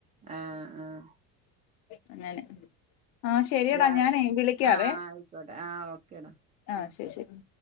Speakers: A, on the right (about 20°); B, on the left (about 65°).
A: ആഹ് ആഹ്
B: അങ്ങനെ ആഹ് ശരിയടാ
A: രാ
B: ഞാനേ വിളിക്കാവേ
A: ആഹ് ആയിക്കോട്ടെ ആഹ് ഓക്കേടാ
B: ആഹ് ശരി ശരി